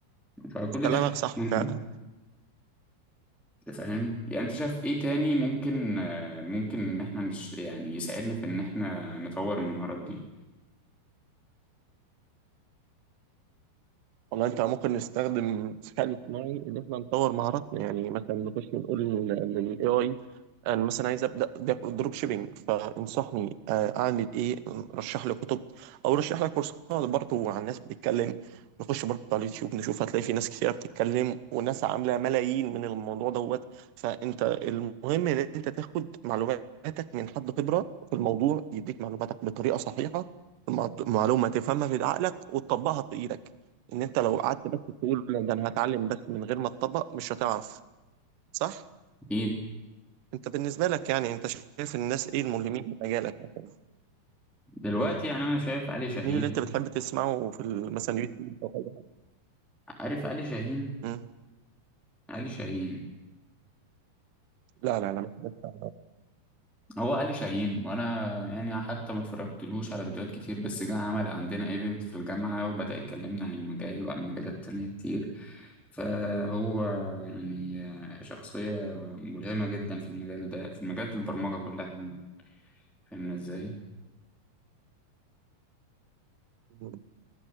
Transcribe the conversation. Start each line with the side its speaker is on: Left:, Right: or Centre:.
Centre: فكل
Right: كلامك
Centre: ده حاجات
Right: صح
Centre: مهمة،
Right: فعلا
Centre: أنت فاهم يعني انت شايف ايه تاني ممكن آه، ممكن ان احنا نش... يعني يساعدنا في ان احنا نطور المهارات دي
Right: والله انت ممكن نستخدم الذكاء الاصطناعي ان احنا نطور مهاراتنا يعني مثلا نخش نقول للاي اي انا مثلا عايز ابدا دروب شيبينج فانصحني آه، اعمل ايه رشح لي كتب او رشح لي كورسات برضه عن ناس بتتكلم نخش برضه على اليوتيوب نشوف هتلاقي في ناس كثيره بتتكلم وناس عامله ملايين من الموضوع دوت فانت المهم ان انت تاخد معلوماتك من حد خبره في الموضوع يديك معلوماتك بطريقه صحيحه المعلومه تفهمها في عقلك وتطبقها في ايدك ان انت لو قعدت بس تقول لا ده انا هتعلم بس من غير ما تطبق مش هتعرف صح
Centre: اكيد
Right: انت بالنسبه لك يعني انت شايف الناس ايه الملهمين في مجالك مثلا
Centre: دلوقتي يعني انا شايف علي شاهين
Right: مين اللي انت بتحب تسمعه في ال- مثلا يوتيوب او اي حاجه
Centre: عارف علي شاهين
Right: مم.
Centre: علي شاهين
Right: لا لا لا مش بتاع
Centre: هو علي شاهين وانا يعني حتى ما اتفرجتلوش على فيديوهات كتير بس جه عمل عندنا ايفنت في الجامعة وبدأ يكلمنا عن المجال وعن مجالات تانية كتير فهو يعني آه، شخصية ملهمة جدا في المجال ده في مجالات البرمجة كلها عموما. فاهمنا ازاي
Right: ده.